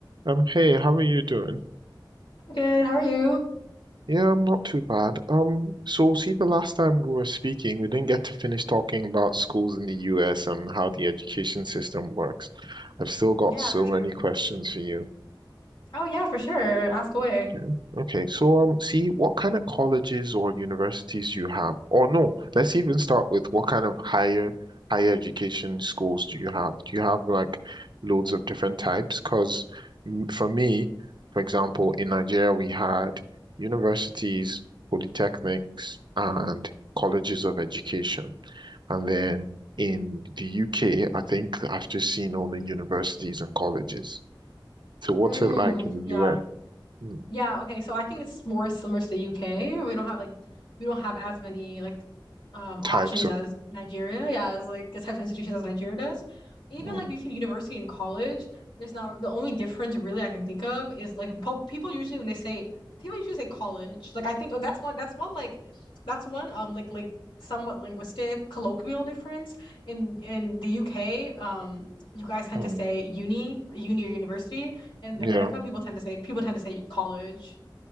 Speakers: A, on the right; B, on the left.
A: Um, hey, how are you doing?
B: Good. How are you?
A: Yeah, I'm not too bad. Um, so see, the last time we were speaking, we didn't get to finish talking about schools in the US and how the education system works. I've still got
B: Yeah,
A: so
B: for sure.
A: many questions for you.
B: Oh, yeah, for sure. Ask away.
A: Okay. Okay. So, um, see what kind of colleges or universities you have, or no, let's even start with what kind of higher higher education schools do you have? Do you have like loads of different types? Because for me, for example, in Nigeria we had universities, polytechnics, and colleges of education, and then in the UK, I think I've just seen only universities and colleges. So, what's
B: Mm,
A: it like in the
B: yeah.
A: US? Hmm,
B: Yeah, okay. So I think it's more similar to the UK. We don't have like we don't have as many like um options
A: Types of.
B: as Nigeria, yeah, as like the type of institutions as Nigeria does. Even
A: Mm,
B: like between university and college, there's not the only difference really I can think of is like po- people usually when they say people usually say college. Like I think oh that's one that's one like that's one um like like somewhat linguistic colloquial difference in in the UK um you guys tend
A: mm,
B: to say uni uni or university in
A: yeah.
B: America people tend to say people tend to say college